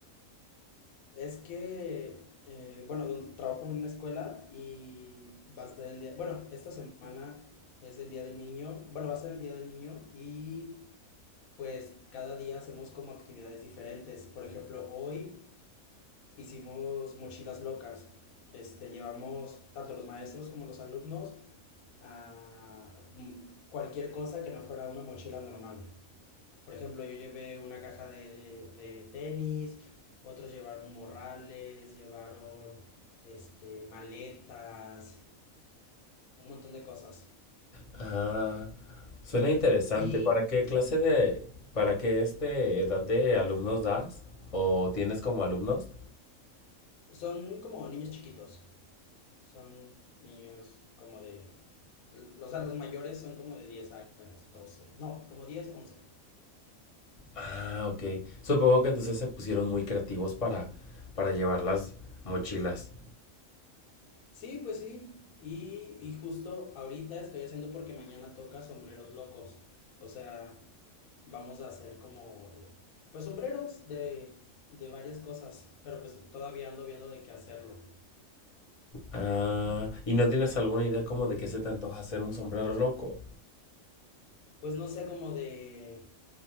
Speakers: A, on the left; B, on the left.
A: Es que, eh, bueno, don- trabajo en una escuela y va a ser el día, bueno, esta semana es el día del niño, bueno, va a ser el día del niño y pues cada día hacemos como actividades diferentes. Por ejemplo, hoy hicimos mochilas locas. Este, llevamos tanto los maestros como los alumnos a mm, cualquier cosa que no fuera una mochila normal. Por ejemplo, yo llevé una caja de, de tenis, otros llevaron morrales, llevaron este, maletas, un montón de cosas.
B: Ah, suena interesante.
A: Y
B: ¿Para qué clase de, para qué este edad de alumnos das? ¿O tienes como alumnos?
A: son como niños chiquitos, son niños como de... O sea, los mayores son como de 10 años, 12 no, como 10 once
B: Ah, ok. Supongo que entonces se pusieron muy creativos para, para llevar las mochilas.
A: Sí, pues sí. Y, y justo ahorita estoy haciendo porque mañana toca sombreros locos. O sea, vamos a hacer como, pues sombreros de, de varias cosas. Pero pues todavía ando viendo de qué hacerlo.
B: Ah, ¿y no tienes alguna idea como de qué se te antoja hacer un sombrero loco?
A: Pues no sé, como de...